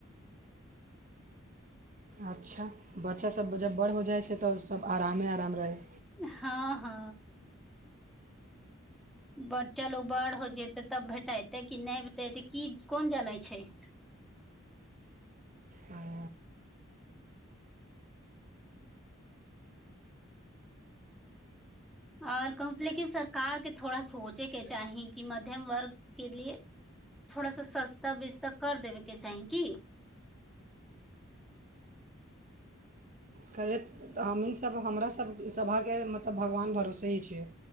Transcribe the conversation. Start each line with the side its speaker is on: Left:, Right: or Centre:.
Right: अच्छा बच्चा सब जब बड़ हो जाइ छैय तऽ सब आरामे आराम रहै
Centre: हँ हँ बड़ चलू बड़ हो जतै तब भेटयतै कि नहि भेटेतै की कोन जानै छैय
Right: हँ
Centre: और कह लेकिन सरकार के थोड़ा सोचे के चाही कि मध्यम वर्ग के लिए थोड़ा सा सस्ता बेस्ता कर देबे के चाही की
Right: करैतऽ हमीसभ हमरास सभके मतलब भगवान भरोसे ही छियै